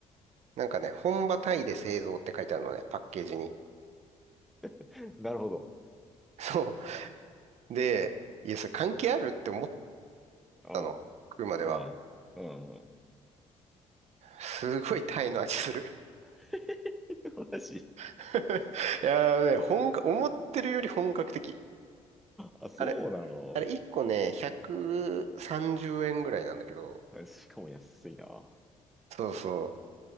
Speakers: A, on the right (about 60°); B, in the centre.
A: なんかね、本場タイで製造って書いてあるのね、パッケージに。
B: <laughs> なるほど。
A: <laughs> そう。で、いや、それ関係あるって思っ
B: うん。
A: たの。食うまでは。
B: うん。うん。
A: すごいタイの味する。
B: <laughs> マジ。
A: <laughs> いやーね、本格、思ってるより本格的。
B: あ、そうなの
A: あれ、あれ、1個ね、130円ぐらいなんだけど、
B: あしかも安いな。
A: そうそ